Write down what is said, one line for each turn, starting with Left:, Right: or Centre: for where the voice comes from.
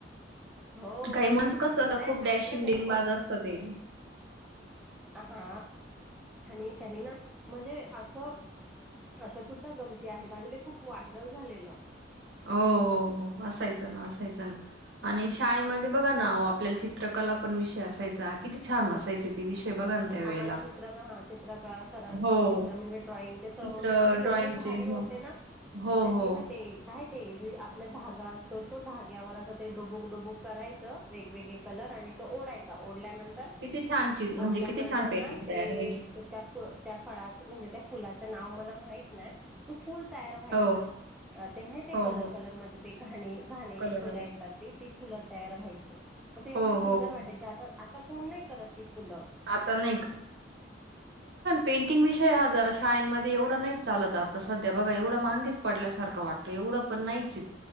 Centre: हो
Right: काही
Centre: म्हणजे
Right: मुलांच कसं असतं खूप डॅशिंग
Centre: आणि ना त्यांनी
Right: डिंगबाज
Centre: प
Right: असतं ते.
Centre: हा आणि त्यांनी ना म्हणजे असं अशा सुद्धा गमती आहेत आणि ते खूप व्हायरल झालेलं.
Right: हो, हो हो असायचं ना असायचं ना आणि शाळेमध्ये बघा ना आपल्याला चित्रकला पण विषयात, असाय किती छान असायचे ते विषय, बघा ना त्यावेेळेला.
Centre: आम्हाला चित्र हा चित्रक सर
Right: हो.
Centre: चित्र म्हणजे ड्रॉइंगचे सर
Right: चित्र
Centre: होते ना ते एवढे,
Right: ड्रॉइंगचे
Centre: होते
Right: हो
Centre: ना
Right: हो
Centre: त्यांनी
Right: हो
Centre: ना ते का, ते आपला धागा असतो तो धाग्यावर असा त डोबोक डोबोक करायच वेगवेगळे कलर आणि तो ओढायचा ओढल्यानंतर
Right: किती छान चि
Centre: ओ
Right: म्हणजे
Centre: त्यानंतर
Right: किती छान पेंटिंग
Centre: ना ते
Right: तयार व्हायची.
Centre: त्या फ त्या फळाच म्हणजे त्या फुलाच नाव मला माहीत नाही तयार व्हायचा
Right: हो
Centre: ते माहिते
Right: हो
Centre: कलर
Right: हो
Centre: कलर मध्ये ते घाणे घाणेरी
Right: कलर
Centre: फुलं
Right: कलर
Centre: येतात ते ती फुलं तयार व्हायची तर ते एवढी
Right: हो
Centre: सुंदर
Right: हो
Centre: वाटायची
Right: हो.
Centre: आता आता कोण नाही करत ती फुलं
Right: आण <inaudible> शे हजार शान मध्ये एवढं नाही चालत आता सध्या बघा एवढं महागेच पडल्यासारखं वाटतो एवढं पण नाही